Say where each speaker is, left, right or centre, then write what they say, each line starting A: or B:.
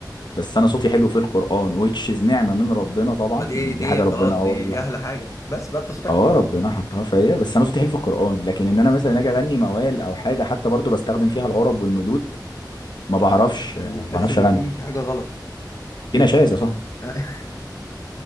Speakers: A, on the left; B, on the left.
A: بس انا صوتي حلو في القرآن which is نعمة من ربنا طبعا
B: طب ما دي
A: يعني
B: دي
A: دي حاجة
B: خلاص
A: ربنا هو
B: دي
A: اللي
B: دي احلى حاجه بس بقى انت صوتك
A: اه
B: حلو
A: ربنا حطها فيا بس انا صوتي حلو في القرآن لكن ان انا مثلا اجي اغني موال او حاجة حتى برضو بستخدم فيها العرب والمدود ما بعرفش ما
B: بتحس
A: بعرفش
B: ان
A: اغني
B: في في حاجه غلط
A: في نشاز يا صاحبي
B: <laughs>